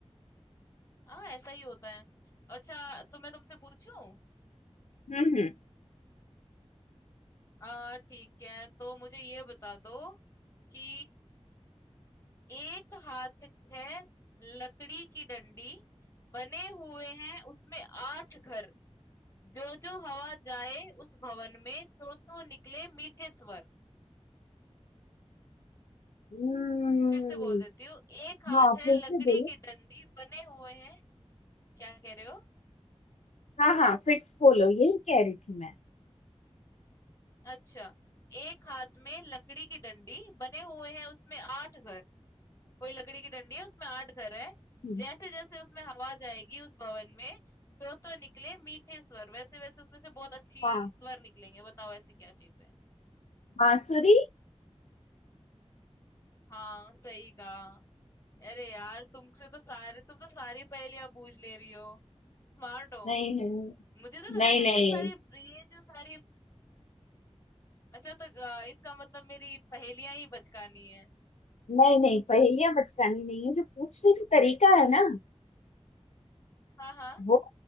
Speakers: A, on the left; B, on the left.
A: हाँ ऐसा ही होता है अच्छा तो मैं तुमसे पूछूं
B: हम्म हम्म
A: आ ठीक है तो मुझे ये बता दो कि एक हाथ है लकड़ी की डंडी बने हुए हैं उसमें आठ घर जो जो हवा जाए उस भवन में तो तो निकले मीठे स्वर
B: हम्म,
A: फिर से बोल देती हूँ एक हाथ
B: हाँ
A: है
B: फिर
A: लकड़ी
B: से बोलो
A: की डंडी बने हुए हैं क्या कह रहे हो
B: हाँ हाँ फिर से बोलो यही कह रही थी मैं
A: अच्छा एक हाथ में लकड़ी की डंडी बने हुए हैं उसमें आठ घर कोई लकड़ी की डंडी है उसमें 8 घर हैं।
B: हम्म,
A: जैसे-जैसे उसमें हवा जाएगी उस भवन में, तो-तो निकले मीठे स्वर, वैसे-वैसे उसमें से बहुत अच्छी
B: हाँ
A: स्वर निकलेंगे। बताओ ऐसी क्या चीज़ है?
B: बांसुरी
A: हाँ, सही कहा। अरे यार, तुमसे तो सारे तुम तो सारी पहेलियाँ बूझ ले रही हो। स्मार्ट हो।
B: नहीं नहीं
A: मुझे तो
B: नहीं
A: लगा था
B: नहीं
A: कि ये सारी ये जो सारी अच्छा तो अ, इसका मतलब मेरी पहेलियाँ ही बचकानी है।
B: नहीं नहीं पहेलियां बचकानी नहीं है जो पूछने का तरीका है ना
A: हाँ, हाँ।
B: वो